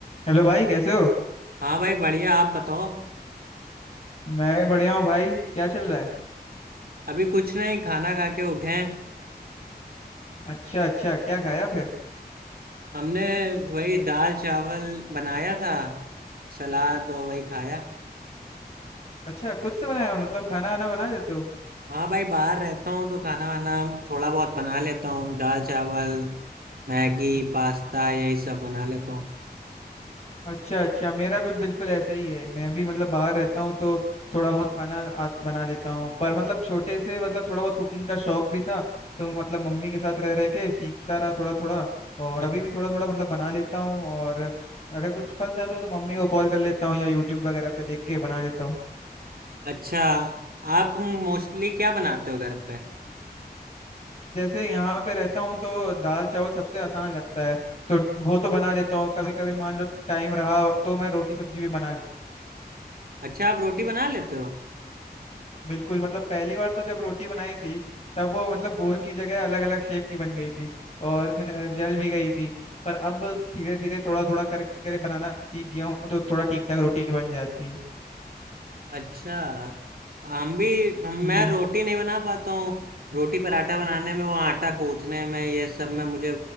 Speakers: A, on the left (about 40°); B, on the right (about 65°).
A: Hello भाई कैसे हो
B: हाँ भाई बढ़िया आप बताओ
A: मैं भी बढ़िया हूँ भाई क्या चल रहा है
B: अभी कुछ नहीं खाना खा के उठे हैं
A: अच्छा अच्छा क्या खाया फिर
B: हमने वही दाल चावल बनाया था सलाद और वही खाया
A: अच्छा खुद से बनाया मतलब खाना आना बना देते हो
B: हाँ भाई बाहर रहता हूँ तो खाना वाना थोड़ा बहुत बना लेता हूँ दाल चावल मैगी पास्ता यही सब बना लेता हूँ
A: अच्छा अच्छा मेरा भी बिल्कुल ऐसा ही है मैं भी मतलब बाहर रहता हूँ तो थोड़ा बहुत खाना आ, बना लेता हूँ पर मतलब छोटे से मतलब थोड़ा बहुत कुकिंग का शौक भी था तो मतलब मम्मी के साथ रह रह के सीखता रहा थोड़ा थोड़ा और
B: अ-
A: अभी भी थोड़ा थोड़ा मतलब बना लेता हूँ और अगर कुछ फंस जाता हूँ तो मम्मी को कॉल कर लेता हूँ या यूट्यूब वगैरह पे देख के बना लेता हूँ
B: अच्छा आप मोस्टली क्या बनाते हो घर पे
A: जैसे यहाँ पे रहता हूँ तो दाल चावल सबसे आसान लगता है तो वो तो बना लेता हूँ कभी कभी मान लो टाइम रहा तो मैं रोटी सब्जी भी बना ले
B: अच्छा आप रोटी बना लेते हो
A: बिल्कुल मतलब पहली बार तो जब रोटी बनाई थी तब वो मतलब गोल की जगह अलग अलग शेप की बन गई थी और <laughs> जल भी गई थी पर अब धीरे धीरे थोड़ा थोड़ा कर कर बनाना सीख गया हूँ तो थोड़ा ठीक ठाक रोटी बन जाती है
B: अच्छा हम भी हम
A: हम्म
B: मैं रोटी
A: हम्म,
B: नहीं बना पाता हूँ रोटी पराठा बनाने में वो आटा गूंथने में ये सब में मुझे